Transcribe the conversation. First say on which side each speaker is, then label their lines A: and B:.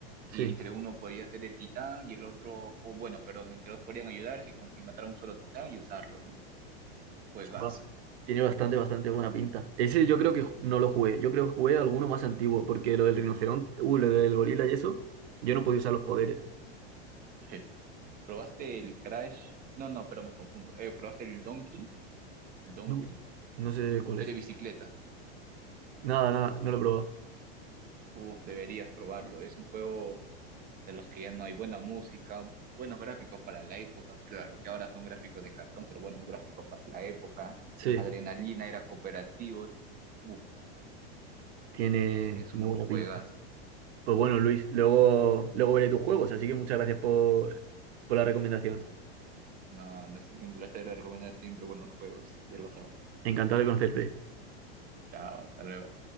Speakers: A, on the right; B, on the right.
A: Sí.
B: y entre uno podía ser el titán y el otro, o bueno, perdón, entre dos podían ayudarse y, com- y matar a un solo titán y usarlo, ¿no? Juegazo.
A: Buah, Tiene bastante, bastante buena pinta. Ese yo creo que ju- no lo jugué. Yo creo que jugué alguno más antiguo, porque lo del rinoceronte, uh, lo del gorila y eso, yo no podía usar los poderes.
B: Je. ¿Probaste el Crash? No, no, pero me confundo. Eh, ¿probaste el Downhill? El Downwheel.
A: No. No sé cuál
B: Es
A: es.
B: de bicicletas.
A: Nada, nada, no lo he probado.
B: Uf, deberías probarlo. Es un juego de los que ya no hay buena música, buenos gráficos para la época, claro, que ahora son gráficos de cartón, pero buenos gráficos para la época,
A: Sí,
B: Adrenalina era cooperativo, Uf,
A: tiene,
B: es
A: tiene
B: un
A: buena
B: juegas,
A: pinta. Pues bueno, Luis, luego, luego veré tus juegos, así que muchas gracias por, por la recomendación.
B: no, no es, es un placer recomendar siempre buenos juegos, ya lo sabes,
A: Encantado de conocerte.
B: chao, hasta luego.